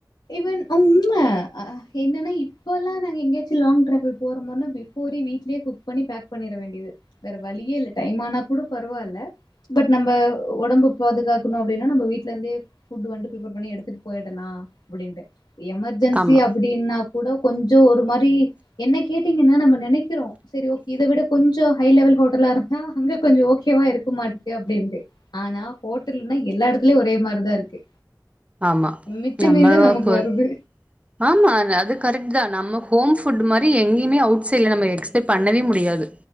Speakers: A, on the left; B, on the right.
A: வன் உண்ம என்னன்னா இப்ப எல்லாம் நாங்க எங்கேயாச்சும் லாங் டிரவல் போற போது பிபோர வீட்லயே குக் பண்ணி பேக் பண்ணிட வேண்டியது வேற வழியே இல்ல டைம் ஆனா கூட பரவாயில் பட் நம்ம உடம்ப பாதுகாக்கணும் அப்டின்னா நம்ம வீடல இருந்தேட் வந்து பிர் பண்ணி எடுத்துட்டு போயிடலாம் அப்டினு எமர்ஜென்சி
B: ஆமா
A: அப்டின்னா கூட கொஞ்சோ ஒரு மாரி என்ன கேட்டீங்கன்னா நம்ம நினைக்கிறோம் செரி ஓகே இத விட கொஞ்சம் ஹை லெவல் ஹோட்டலா இருந்தா அங்க கொஞ்சம் ஓகேவா இருக்க மாட்டேது அப்டின்னுட்டு ஆனா ஹோட்டல்ன்னா எல்லா இடத்துலயும் ஒரே மாரிதான் இருக்கு
B: ஆமா
A: மிச்ச
B: நம்ம
A: மீதிதா நமக்கு
B: பொர
A: வருது
B: <unintelligible> ஆமா அதுக்கு கரெக்ட் தா நமஹோம் ஃபட் மாதிரி எங்கயுமே அட சைடல நம்ம எக்ஸ்பெக்ட் பண்ணவே முடியாது